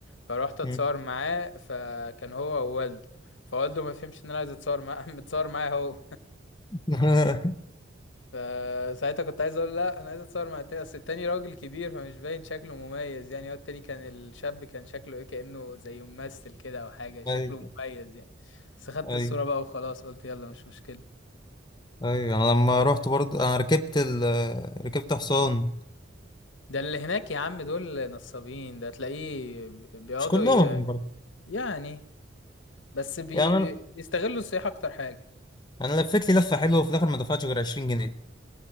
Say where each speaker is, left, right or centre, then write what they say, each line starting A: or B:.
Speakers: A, on the left (about 75°); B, on the left (about 20°).
A: فروحت اتصور
B: مم.
A: معاه فكان هو ووالده فوالده ما فهمش ان انا عايز اتصور معاه <laughs> متصور معاه هو
B: <laughs>
A: فساعتها كنت عايز اقول لا انا عايز اتصور مع التاني اصل التاني راجل كبير فمش باين شكله مميز يعني هو التاني كان الشاب كان شكله ايه كأنه زي ممثل كده او حاجة شكله
B: أي
A: مميز يعني بس خدت
B: أي
A: الصورة بقى وخلاص قلت يلا مش مشكلة
B: أي أنا لما رحت برضه أنا ركبت ال... ركبت حصان
A: ده اللي هناك يا عم دول نصابين ده تلاقيه بيقعدوا
B: مش كلهم
A: ي...
B: برضه
A: يعني بس بي...
B: يعني
A: بي-
B: أنا
A: بيستغلوا السياحة اكتر حاجة
B: أنا لفيت لي لفة حلوة وفي الآخر ما دفعتش غير 20 جنيه